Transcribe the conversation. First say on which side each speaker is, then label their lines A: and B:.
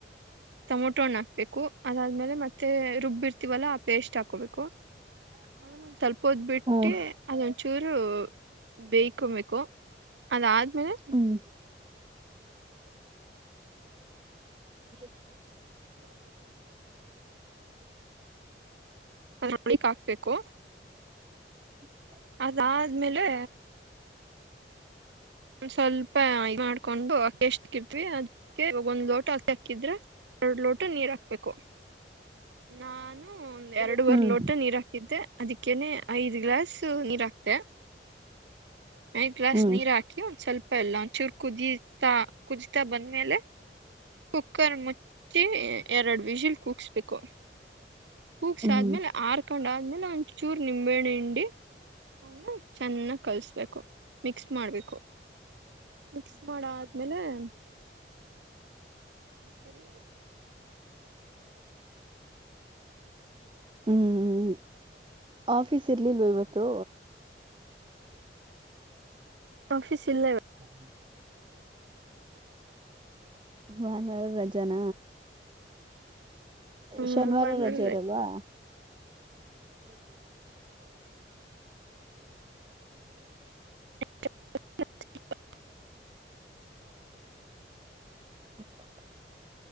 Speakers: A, on the right; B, on the right.
A: ಟೊಮೊಟೋಣ್ಣ ಹಾಕ್ಬೇಕು ಅದಾದ್ಮೇಲೆ ಮತ್ತೆ ರುಬ್ಬಿರ್ತೀವಲ್ಲ ಆ ಪೇಸ್ಟ್ ಹಾಕೋಬೇಕು
B: <inaudible>
A: ಆಮೇಲೆ ಸ್ವಲ್ಪ ಬಿಟ್ಟಿ
B: ಹ್ಮ್
A: ಅದಂ ಚೂರು ಬೇಯಕೊಬೇಕು ಅದಾದ್ಮೇಲೆ
B: ಹ್ಮ್ ಹ
A: ನೋಡಿ ಕಾಕ್ಬೇಕ <unintelligible> ಕ
B: ಹ
A: ಅದಾದ್ಮೇಲೆ ಸ್ವಲ್ಪ ಇ ಮಾಡ್ಕೊಂಡು ಅಕ್ಕ ಎಷ್ಟಕ್ಕ ಇರ್ತ್ವಿ ಅದಕ್ಕೆ ಒಂದ್ ಲೋಟ ಅಕ್ಕಿದ್ರೆ ಎರಡ್ ಲೋಟ ನೀರ್ ಹಾಕ್ಬೇಕು ನಾನು ಒಂದ್ ಎರಡುುವರೆ
B: ಹ್ಮ್
A: ಲೋಟ ನೀರ್ ಹಾಕಿದ್ದೆ ಅದಕ್ಕೇನೆ ಐದ್ ಗ್ಲಾಸ್ ನೀರ ಹಾಕ್ತೆ ಐ ಗ್ಲಾಸ್
B: ಹ್ಮ್
A: ನೀರ್
B: ಹ್ಮ್
A: ಹಾಕಿ ಒಂದ ಸ್ವಲ್ಪ ಎಲ್ಲಾ ಚೂರ್ ಕುದಿತಾ ಕುದಿತಾ ಬಂದ್ಮೇಲೆ ಕುಕ್ಕರ್ ಮುಚ್ಚ ಚಿ ಎರಡು ವಿಷಲ್ ಕೂಗ್ಸ್ಬೇಕು ಕೊಗ್ಸಿ
B: ಹ್ಮ್
A: ಆದ್ಮೇಲೆ ಆರ್ಕೊಂಡ ಆದ್ಮೇಲೆ ಒಂದ್ಚೂರು ನಿಂಬೆಣೆ ಹಂಡಿ ಅದನ್ನ ಚೆನ್ನಾಗಿ ಕಲಿಸಬೇಕು ಮಿಕ್ಸ್ ಮಾಡಬೇಕು ಮಿಕ್ಸ್ ಮಾಡ ಆದ್ಮೇಲೆ <inaudible> ಸರಿೋಗಕ
B: ಹ್ಮ್ ಆಫೀಸ್ ಇರ್ಲಿಲ್ವ ಇವತ್ತು
A: ಆಫೀಸ್ ಇಲ್ಲ
B: ಹ ಭಾನುವಾರ ವಾರ ರಜಾನ
A: ಹ್ಮ್
B: ಶನಿವಾರ
A: ಭಾನುವಾರ
B: ರಜೆ ಇರಲ್ವಾ ಹ್ಮ ಹ
A: <inaudible>
B: ಕಟ್ಕಟ್ಟ